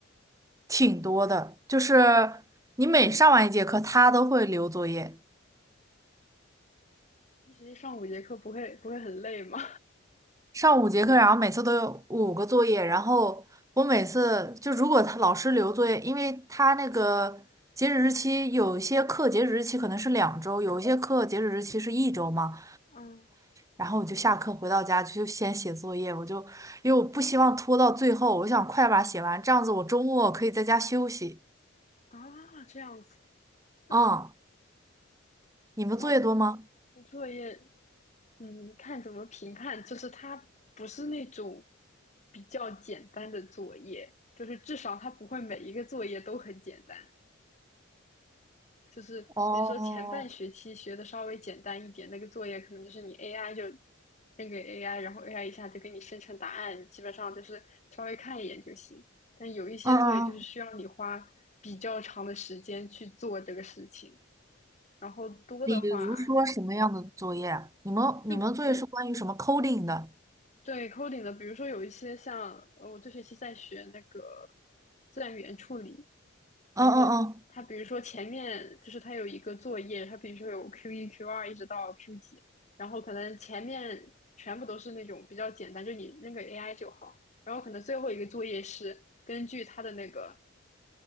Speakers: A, on the right (about 15°); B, on the left (about 35°).
A: <laughs> 挺多的。就是你每上完一节课，他都会留作业。
B: 一学期上五节课不会不会很累吗？
A: 上五节课，然后每次都有五个作业，然后我每次就如果他老师留作业，因为他那个截止日期有一些课截止日期可能是两周，有一些课截止日期是一周嘛，
B: <laughs> 嗯
A: 然后我就下课回到家就先写作业，我就因为我不希望拖到最后，我想快把它写完，这样子我周末可以在家休息。
B: 啊，这样子。那
A: 嗯，你们作业多吗？
B: 那作业，嗯，看怎么评判，就是它不是那种比较简单的作业，就是至少它不会每一个作业都很简单。就是比如说前半学期学的稍微简单一点，
A: 哦，
B: 那个作业可能就是你 AI 就扔给 AI，然后 AI 一下就给你生成答案，基本上就是稍微看一眼就行。但有一些作业就是需要你花比较长的时间去做这个事情，
A: 嗯嗯，嗯
B: 然后多的话
A: 比如说什么样的作业啊你们你们作业是关于什么
B: 就比
A: coding 的？
B: 对 coding 的，比如说有一些像呃我这学期在学那个自然语言处理，
A: 嗯嗯嗯
B: 然后它比如说前面就是它有一个作业，它比如说有 Q 一、Q 二一直到 Q 几，然后可能前面全部都是那种比较简单，就你扔个 AI 就好，然后可能最后一个作业是根据它的那个